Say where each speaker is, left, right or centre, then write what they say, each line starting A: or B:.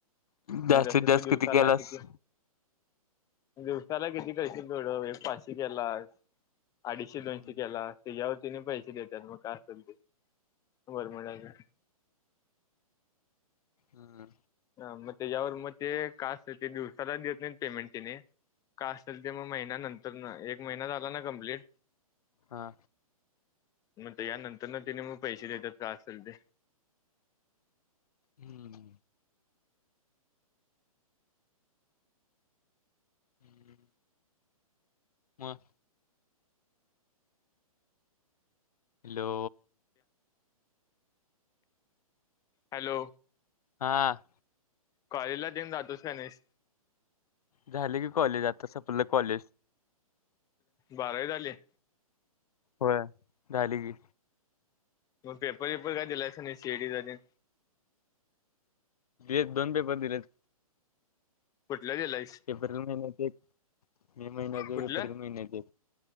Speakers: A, on the left; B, on the left.
A: जास्तीत
B: मग असं
A: जास्त
B: तु दिवसाला
A: केलास
B: किती? दिवसाला किती करशील थोडं एक पाचशे केलास? अडीचशे
A: हम्म
B: दोनशे केलास त्याच्यावरती त्यानी पैसे देतात मग का? ख <inaudible> बर मजा कर
A: हा.
B: हा मग ते त्याच्यावर मग ते काय असेल ते दिवसाला देत नाही पेमेंट त्यांनी काय असेल ते मग महिन्या नंतर एक महिना झाला ना कंप्लीट
A: हा.
B: मग त्या नंतर ना तिने मग पैसे देतात काय असेल ते
A: हा. हं मग हॅलो.
B: हॅलो.
A: हा.
B: कॉलेज ला तेन जातोस का नाहीस?
A: झालं की कॉलेज आता संपलं कॉलेज.
B: बारावी झाली?
A: होय झाली की
B: मग पेपर बेपर काय दिलायस का नाहीस सीइटी चा तेन?
A: एक दोन पेपर दिलेत.
B: कुठला दिलायस
A: एप्रिल महिन्याचे एक मे महिन्याचे
B: कुठला
A: एप्रिल महिन्याचे